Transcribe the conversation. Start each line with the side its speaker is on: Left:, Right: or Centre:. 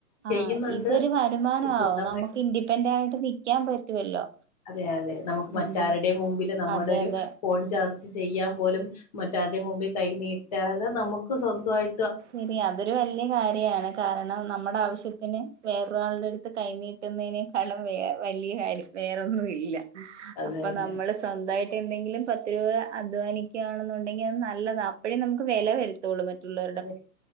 Left: ചെയ്യുന്നുണ്ട്
Right: ആഹ്, ഇതൊരു വരുമാനമാവും
Left: സ്വന്തമായി
Right: നമ്മുക്ക്‌ ഇന്റിപെന്റായിട്ട് നിക്കാൻ പറ്റുവല്ലോ
Left: അതെ, അതെ. നമുക്ക് മറ്റാരുടെം
Right: ഉം
Left: മുമ്പില് നമ്മൾടെ
Right: അതെ
Left: ഒരു
Right: അതെ
Left: ഫോൺ ചാർജ് ചെയ്യാൻ പോലും മറ്റാരുടെ മുമ്പിൽ കൈ നീട്ടാതെ നമുക്ക് സ്വന്തായി
Right: ശരിയാ, അതൊരു വല്ല്യ കാര്യാണ്. കാരണം നമ്മടെ ആവശ്യ ത്തിന് വേറൊരാളുടെടുത്ത് കൈ നീട്ടുന്നയ്നേക്കാളും വേ വല്ല്യ കാര്യം വേറൊന്നും ഇല്ല
Left: അതെ
Right: അപ്പ
Left: തന്നെ
Right: നമ്മള്സ് സ്വന്തായിട്ട് എന്തെങ്കിലും പത്ത് രൂപ അധ്വാനിക്ക ആണെന്നുണ്ടെങ്കി അത് നല്ലതാ. അപ്പോഴേ നമുക്ക് വെല വരുതൊള്ളൂ. മറ്റുള്ള
Left: അതെ